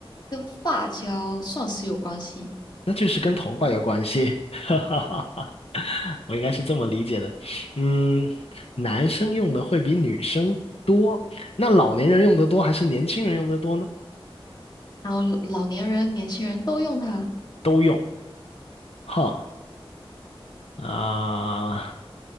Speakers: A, on the left (about 45°); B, on the left (about 85°).
A: 跟发胶算是有关系，
B: 那就是跟头发有关系。<laughs> 哈哈哈，我应该是这么理解的。嗯，男生用的会比女生多，那老年人用的多还是年轻人用的多呢？
A: 然后老年人、年轻人都用它，
B: 都用。哈啊，